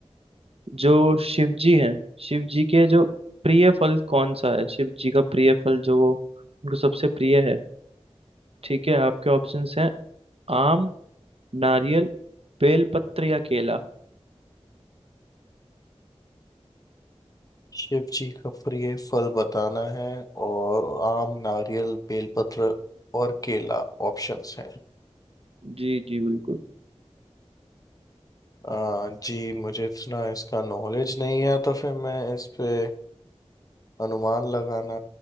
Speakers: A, on the right; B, on the left.
A: जो शिव जी हैं शिव जी के जो प्रिय फल कौन सा है शिव जी का प्रिय फल जो वो उनको सबसे प्रिय है ठीक है आपके ऑप्शंस हैं आम नारियल बेलपत्र या केला
B: शिव जी का प्रिय फल बताना है और आम नारियल बेलपत्र और केला ऑप्शंस हैं
A: जी जी बिल्कुल
B: आ, जी मुझे इतना इसका नॉलेज नहीं है तो फिर मैं इस पे अनुमान लगाना